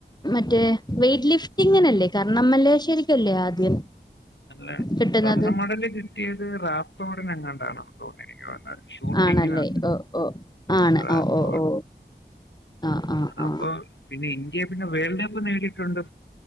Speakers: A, on the left (about 20°); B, on the left (about 80°).
A: മറ്റേ വെയറ്റ് ലിഫ്റ്റിങ്ങിനല്ലേ കാരണംമ്മല്ലേ ശരിക്കല്ലേ ആദ്യം
B: അല്ല
A: കിട്ടുന്നത്
B: സ്വർണ്ണമടല് കിട്ടിയത് റാത്തോടനങ്ങ ആണന്നു തോന്നുന്നു എനിക്ക് തോന്നുന്നത് ഷൂട്ടിങ്ങിനകത്ത്
A: ആണല്ലേ ഓ ഓ ആണ്
B: റാത്തോഡ്
A: ഓ ഓ ഓ ആഹ് ആഹ് ആഹ്
B: അപ്പൊ പിന്നെ ഇന്ത്യ പിന്നെ വേൾഡ് കപ്പ് നേടിയിട്ടുണ്ട്